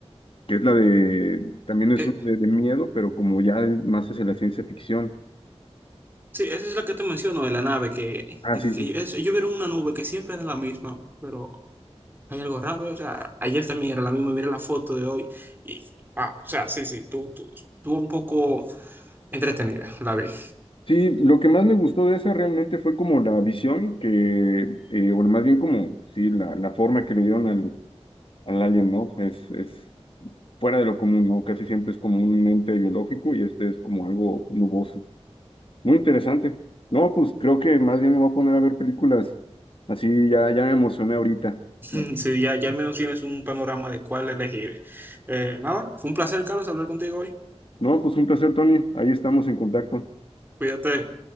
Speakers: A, on the left; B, on the right.
A: que es la de, también es
B: eh,
A: una de, de miedo, pero como ya más hacia la ciencia ficción.
B: sí, esa es la que te menciono de la nave, que,
A: Ah,
B: de
A: sí,
B: que
A: sí,
B: ellos, ellos vieron una nube que siempre era la misma, pero Hay algo raro, o sea, ayer también era la misma, mira la foto de hoy. Y, ah, o sea, sí, sí, tú, tú, estuvo un poco entretenida, la vi.
A: Sí, lo que más me gustó de esa realmente fue como la visión que, eh, o más bien como, sí, la, la forma que le dieron al, al alien, ¿no? Es, es fuera de lo común, ¿no? Casi siempre es como un ente biológico y este es como algo nuboso. Muy interesante. No, pues creo que más bien me voy a poner a ver películas. Así ya, ya me emocioné ahorita.
B: <laughs>
A: Ya.
B: Sí, ya, ya al menos tienes un panorama de cuál elegir. Eh, nada, fue un placer, Carlos, hablar contigo hoy.
A: No, pues un placer, Tony. Ahí estamos en contacto.
B: Cuídate.